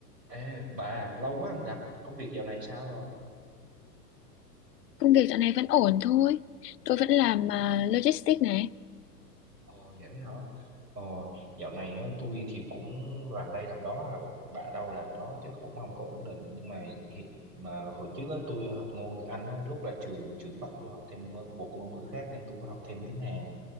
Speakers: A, on the right (about 75°); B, on the left (about 70°).
A: Ê, bà, lâu quá không gặp, công việc dạo này sao rồi?
B: Công việc dạo này vẫn ổn thôi. Tôi vẫn làm à, logistics này.
A: Ờ, vậy hả? Ờ, dạo này á, tôi thì cũng làm đây làm đó, à, bà đâu làm đó chứ cũng không có ổn định. Nhưng mà hiện, mà hồi trước á, tôi học ngôn ngữ Anh á, lúc là trường trường bắt tôi học thêm một, ngôn- một ngôn ngữ khác nên tôi có học thêm tiếng Hàn.